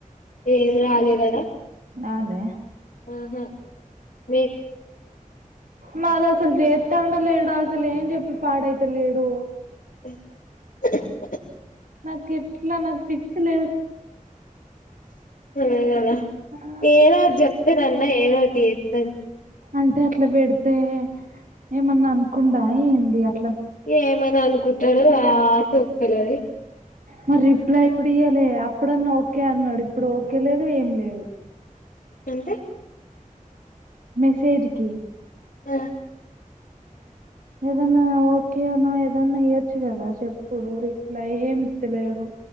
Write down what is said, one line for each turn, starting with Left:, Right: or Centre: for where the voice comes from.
Left: ఏం రాలే కదా
Right: అదే
Left: హ్మ్ హు మీ
Right: మాది అసలు చేస్తా అండలేడు అసలు ఏం చెప్పి పాడైత లేడు
Left: అ
Right: నాకు ఎట్లా నాకు పిచ్చి లే
Left: అ
Right: ఆ
Left: ఏదో చెప్ రన్నా <inaudible>
Right: అంతే అట్లా పెడితే ఏమన్నా అనుకుండా ఏంది అ
Left: ఏమని అనుకుంటాడు ఆ తొక్కలే
Right: మ రిప్లై కూడ ఇయ లే అప్పుడన్నా ఓకే అన్నాడు ఇప్పుడు ఓకే లేదు ఏం లేదు
Left: ఎంత
Right: మెసేజ్కి
Left: ఆ
Right: ఏదన్నా ఓకేనో ఏదన్నా ఇయొచ్చు కదా చెప్పుడు రిప్లై ఏమిత్తలేడు